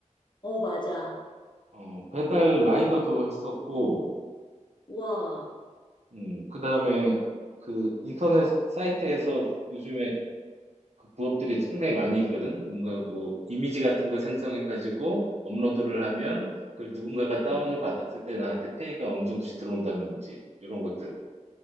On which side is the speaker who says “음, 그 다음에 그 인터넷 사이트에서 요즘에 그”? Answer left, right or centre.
Right